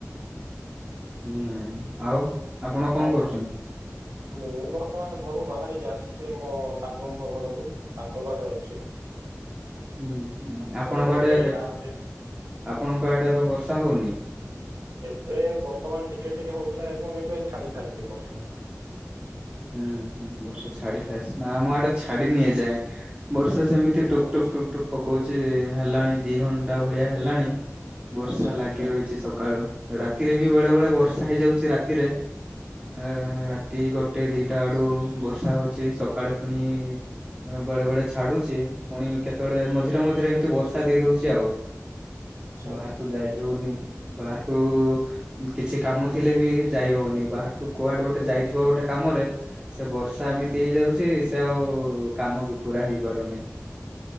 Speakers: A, on the right; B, on the right.
A: ହୁଁ, ଆଉ ଆପଣ କଣ
B: ଆଉ
A: କରୁଛନ୍ତି?
B: ମୁଁ ବର୍ତ୍ତମାନ ଘରୁ ବାହାରିକି ଆସିଛି, ମୋ ସାଙ୍ଗଙ୍କ ଘରକୁ। ତାଙ୍କ ଘରେ ଅଛି।
A: ହୁଁ,
B: ଆମ
A: ଆପଣଙ୍କ
B: ଘରେ ତ
A: ଆଡେ
B: କେହି ନାହାନ୍ତି
A: ଆପଣଙ୍କ ଆଡେ ଏବେ ବର୍ଷା ହଉନି?
B: ଏବେ ବର୍ତ୍ତମାନ ଟିକେ ଟିକେ ହଉଥିଲା ଏବଂ ଏବେ ଛାଡି ସାରିଛି ବର୍ଷା।
A: ହୁଁ, ହୁଁ, ବର୍ଷା ଛାଡ଼ି ସାରିଛି ନା ଆମଆଡେ ଛାଡ଼ି ନି ଏଯାଏ। ବର୍ଷା ସେମିତି
B: ଆଚ୍ଛା
A: ଟୁପ
B: ଆଚ୍ଛା
A: ଟୁପ୍ ଟୁପ ଟୁପ୍ ପକଉଛି, ହେଲାଣି ଦି ଘଣ୍ଟା ଭଳିଆ ହେଲାଣି। ବର୍ଷା
B: ଆଚ୍ଛା
A: ଲାଗି
B: ଆଚ୍ଛା ଆଚ୍ଛା
A: ରହିଛି ସକ ସକାଳୁ ରାତିରେ ବି ବେଳେ ବେଳେ ବର୍ଷା ହେଇଯାଉଛି ରାତିରେ ଏ ରାତି ଗୋ ଗୋଟେ ଦିଟା ଆଡୁ ବର୍ଷା ହଉଛି ସକାଳେ ଫୁଣି ଇ ବେଳେ ବେଳେ ଛାଡୁଛି ପୁଣି କେତେବେଳେ ମଝିରେ ମଝିରେ ଏମିତି ବର୍ଷା ଦେଇ ଦଉଛି ଆଉ।
B: ଆଚ୍ଛା
A: ବାହାରକୁ ଯାଇ
B: ଆଚ୍ଛା
A: ହେଉନି। ବାହାରକୁ କିଛି କାମ ଥିଲେ ବି ଯାଇ ହଉନି ବାହାରକୁ କୁଆଡେ ଗୋଟେ ଯାଇଥିବ ଗୋଟେ କାମରେ ସେ ବର୍ଷା ଏମିତି ହେଇଯାଉଛି ସେ ଆଉ କାମ ବି ପୁରା ହେଇ ପାରୁନି।